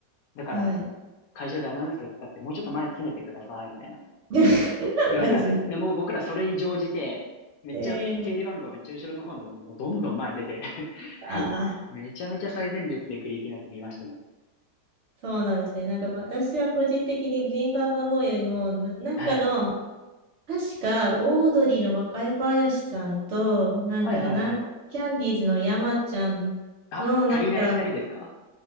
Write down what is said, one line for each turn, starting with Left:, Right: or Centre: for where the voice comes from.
Left: だから
Right: はい。
Left: 会場でアナウンスがかかってもうちょっと前詰めてくださいみたいな
Right: <laughs>
Left: 言われたんですよ。
Right: マジ
Left: で、もう僕らそれに乗じて、めっちゃ整理番号めっちゃ後ろの方なのにもうどんどん前に出て
Right: で。えー、
Left: <laughs>
Right: ああ、
Left: めちゃめちゃ最前列でクリーピーナッツ見ましたね。
Right: そうなんですね。なんか、まあ、私は個人的にブリンバンバンボーンよりもな、なんかの、
Left: はい。
Right: 確か、オードリーの若林さんと、なんか、
Left: はいはいはい。
Right: なん、キャンディーズの山ちゃんの、
Left: あ、
Right: なんか、
Left: 足りない二人ですか